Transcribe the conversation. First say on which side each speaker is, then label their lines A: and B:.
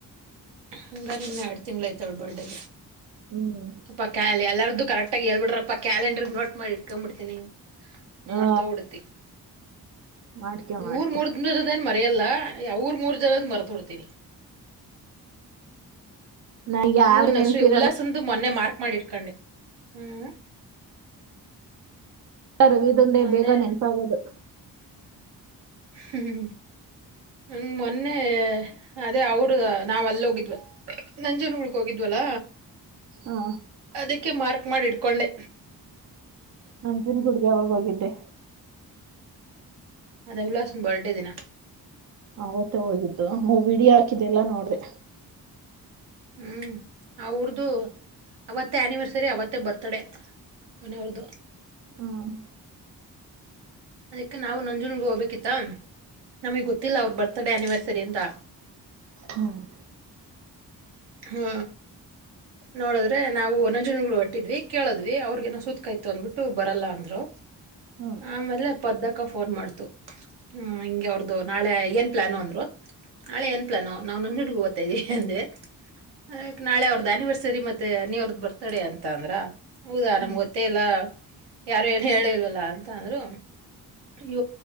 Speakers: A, on the right (about 70°); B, on the right (about 45°).
A: ಹಂಗಾರ ಇನ್ನ ಎಡ್ ತಿಂಗಳ ಐ್ತವಳ ಬರ್ಡೇ.
B: ಹ್ಮ್
A: ಪಕ್ಕಾಯಲ್ಲಿ ಎಲ್ಲ ಅದು ಕರೆಕ್ಟಾಗಿ ಹೇಳ್ಬಿರಪ್ಪ ಕಾಲಂಡ್ರರ್ ನೋಟ್ ಮಾಡಿ ಇಡ್ಕೊಂಬಿತೀನಿ.
B: ಆ
A: ಮರ್ತ ಹೋಗಿ ಬಿಡತಿ.
B: ಮಾಡ್ಕ್ಯೊ
A: ನೀ
B: ಮಾಡ್ಕ್ಯೊ
A: ಊರ್ ಮೂರ್ದದನ ಮರೆಯಲ್ಲ ಅವರ್ ಮೂರ್ ಜನದ ಮರ್ತೊಡ್ತೀನಿ.
B: ನಂಗ್ಯಾರ್ದು
A: ಇವನ್
B: ನೆನ್ಪಿರಲ್ಲ
A: ಶ್ರೀ ಉಲ್ಲಾಸಂದು ಮೊನ್ನ ಮಾರ್ ಮಾಡಿರ್ಕೊಂಡು ಹ್ಮ್.
B: ರವಿದಂದೆ
A: ಮೊನ್ನೆ
B: ಬೇಗ ನೆನಪಾಗೋದು.
A: ಹ್ಮ್ ಹ ಮೊನ್ನೆ ಅದೇ ಅವರ ನಾವ್ ಅಲ್ಲ ಹೋಗಿದ್ವ ನಂಜನ್ ಗುಡ್ಕ ಹೋಗಿದ್ವಲ್ಲ.
B: ಆ
A: ಅದಕ್ಕೆ ಮಾರ್ಕ್ ಮಾಡಿ ಇಡ್ ಹಕೊಂಡೆ
B: ಅಂಜುನ್ ಗುಡ್ಗೆ ಯವಾಗ ಹೋಗಿದ್ದೆ.
A: ಅದ ಉಲ್ಲಾಸ ಬರ್ಡೆ ದಿನ
B: ಆವತ್ತೇ ಹೋಗಿದ್ದು ಮೂ ಬಿಡ ಹಾಕಿದ್ದೆ ಅಲ್ಲ ನೋಡ್ದೆ
A: ಹ್ಮ್ ಅವ್ರ್ದ ಅವತ್ತೇ ಆನಿವರ್ಸರಿ ಅವತ್ತೇ ಬರ್ತ್ಡೇ ಕೊನೆಯವ್ರದು.
B: ಹ್ಮ್
A: ಅದಕ್ಕೆ ನಾವು ನಂಜುನ್ಗ ಹೋಗ್ಬೇಕಿತ್ತ ನಮಗ್ ಗೊತ್ತಿಲ್ಲ ಅವ್ರ ಬರ್ತ್ಡೇ ಆನಿವರ್ಸರಿ ಅಂತ
B: ಹ್ಮ್
A: ಹ್ಮ ನೋಡಿದ್ರೆ ನಾವು ನಂಜುನಗ್ಗಳು ಹೊಟ್ಟಿದ್ವಿ ಕೇಳದ್ವಿ ಅವ್ರಗೇನೋ ಸೂತಕಾಯ್ತ ಅಂದ್ಬಿಟ್ಟು ಬರಲ್ಲ ಅಂದ್ರು
B: ಹ್ಮ್
A: ಆಮೇಲೆ ಪದ್ದಕ್ಕ ಫೋನ್ ಮಾಡ್ತು ಹ್ಮ್ ಹಿಂಗೆ ಅವ್ರ್ದು ನಾಳೆ ಏನ್ ಪ್ಲಾಾನು ಅಂದ್ರು ನಾಳೆ ಏನ್ ಪ್ಲಾನು ನಾವು ನಂಜು ಹುಡ್ಗ ಓ್ತಾ ಇದ್ವಿ ಅಂದವಿ ಆತ್ ನಾಳೆ ಅವ ಅನಿವರ್ಸರಿ ಮತ್ತೆ ಅನಿ ಅವ್ರದ ಬರ್ತಡೇ ಅಂತ ಅಂದ್ರ ಹೌದಾ
B: ಹ್ಮ್.
A: ನಮ್ಗ್ ಗೊತ್ತೇ ಇಲ್ಲ ಯಾರು ಏನ್ ಹೇಳೇ ಇಲ್ವಲ್ಲಾ ಅಂತ ಅಂದ್ರು ಇ